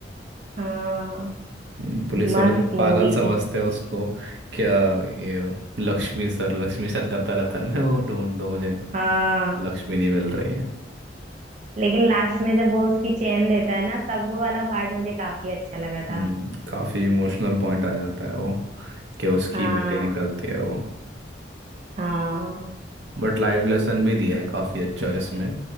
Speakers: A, on the right; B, on the right.
A: हाँ
B: हम्म, पुलिस
A: मस्त
B: वाले तो
A: मूवी
B: पागल समझते
A: थी
B: हैं उसको क्या ये लक्ष्मी सर लक्ष्मी सर करता रहता है ना वो ढूंढ दो मुझे
A: हाँ
B: लक्ष्मी नहीं मिल रही है
A: लेकिन लास्ट में जब वो उसकी चेन देता है ना तब वो वाला पार्ट मुझे काफी अच्छा लगा
B: हम्म,
A: था
B: काफी इमोशनल पॉइंट आ जाता है वो कि उसकी
A: हाँ
B: बेटे निकलती है वो
A: हाँ
B: बट लाइफ लेसन भी दिया है काफी अच्छा इसमें